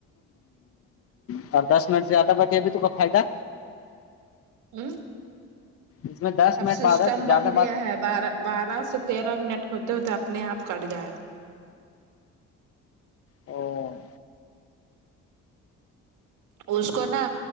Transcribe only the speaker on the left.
اور دس منٹ سے زیادہ بتیہ ہے گا تو کوئی فائدہ
اس میں دس منٹ
بعد زیادہ
او